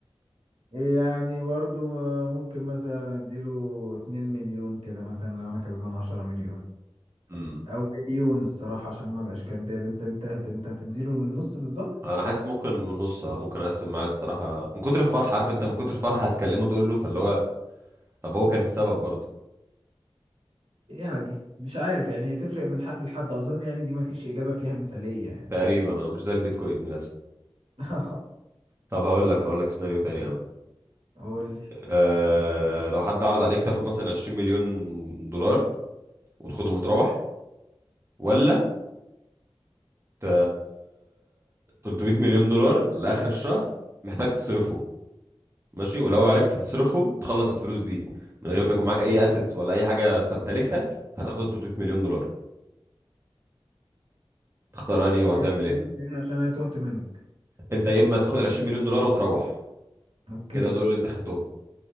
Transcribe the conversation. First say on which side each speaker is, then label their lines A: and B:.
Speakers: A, on the right (about 85°); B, on the right (about 30°).
A: يعني برضو ممكن مثلا اديله 2 مليون كده مثلا لو انا كسبان 10 مليون
B: <laughs>
A: او مليون الصراحة عشان ما بقاش كداب انت انت هت- انت هتديله بالنص بالظبط
B: انا حاسس ممكن من نص آه، ممكن اقسم معاه الصراحه من كتر الفرحه عارف انت من كتر الفرحه هتكلمه تقول له فاللي هو طب هو كان السبب برضه
A: يعني مش عارف يعني هي تفرق من حد لحد اظن يعني دي ما فيش اجابة فيها مثالية يعني
B: تقريبا انا مش زي البيتكوين للاسف
A: <laughs>
B: طب هقول لك هقول لك سيناريو تاني يا عم
A: قول لي
B: أه لو حد عرض عليك تاخد مثلا 20 مليون دولار وتاخده متروح ولا ت... 300 مليون دولار لاخر الشهر محتاج تصرفهم ماشي ولو عرفت تصرفهم تخلص الفلوس دي من غير ما يكون معاك اي اسيتس ولا اي حاجه تمتلكها هتاخد ال 300 مليون دولار تختار انهي وهتعمل
A: تاني تاني
B: ايه
A: تاني عشان انا تهت منك
B: انت يا اما تاخد ال 20 مليون دولار وتروح
A: اوكي
B: كده دول اللي انت خدتهم